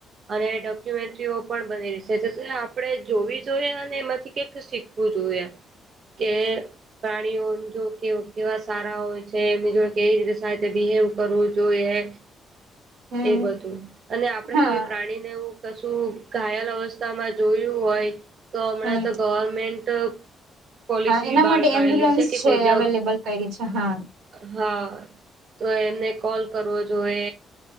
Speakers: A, on the right; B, on the right.
A: અને ડોક્યુમેન્ટ્રીઓ પણ બની રશે આપડે જોવી જોઈએ અને એમાંથી કઈક શીખવું જોઈએ.
B: હ
A: કે પ્રાણીઓ જો કે કેવા સારા હોય છે, જો કેવી રીતે બિહેવ કરવું જોઈએ.
B: હમ
A: એ બધું અને આપડે
B: હા
A: કોઈ પ્રાણીને એવુ કશું ઘાયલ અવસ્થામાં જોયું હોય, તો હમણાં
B: હમ
A: તો ગવર્મેન્ટ પોલિસી
B: હા એના
A: બી બહાર
B: માટે
A: કાઢેલી
B: એમ્બ્યુલન્સ
A: છે, કે કોઈ બી
B: અવેલેબલ કરી છે હા
A: હા તો એમને કોલ કરવો જોએ.